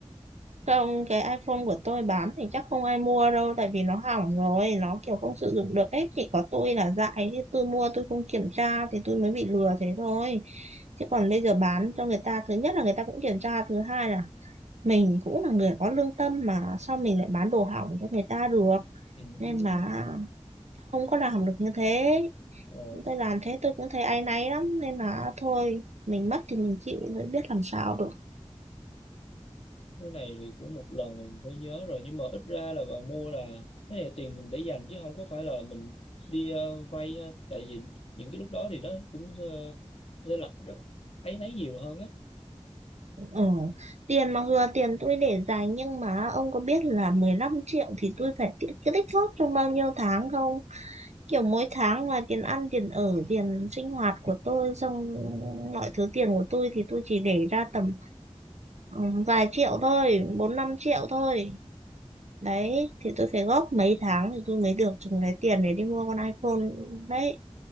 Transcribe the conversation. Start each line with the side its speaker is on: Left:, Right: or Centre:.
Right: không cái iPhone của tôi bán thì chắc không ai mua đâu tại vì nó hỏng rồi nó kiểu không sử dụng được ấy chỉ có tôi là dại chứ tôi mua tôi không kiểm tra thì tôi mới bị lừa thế thôi chứ còn bây giờ bán cho người ta thứ nhất là người ta cũng kiểm tra thứ hai là mình cũng là người có lương tâm mà sao mình lại bán đồ hỏng cho người ta được
Left: ừ,
Right: nên là
Left: đúng rồi
Right: không có làm được như thế
Left: ồ
Right: tôi làm thế tôi cũng thấy áy náy lắm nên là thôi mình mất thì mình chịu mới biết làm sao được
Left: cái này thì cũng một lần mình phải nhớ rồi nhưng mà ít ra là bà mua là cái này là tiền mình để dành chứ không có phải là mình đi ờ, vay ha. tại vì những cái lúc đó thì nó cũng ờ, sẽ là rất áy náy nhiều hơn á
Right: ừ. tiền mặc dù là tiền tôi để dành nhưng mà ông có biết là 15 triệu thì tôi phải tiết cái tích góp trong bao nhiêu tháng không kiểu mỗi tháng là tiền ăn tiền ở tiền sinh hoạt của tôi xong mọi thứ tiền của tôi thì tôi chỉ để ra tầm ừ, vài triệu thôi bốn năm triệu thôi đấy thì tôi phải góp mấy tháng thì tôi mới được chừng cái tiền để đi mua con iPhone đấy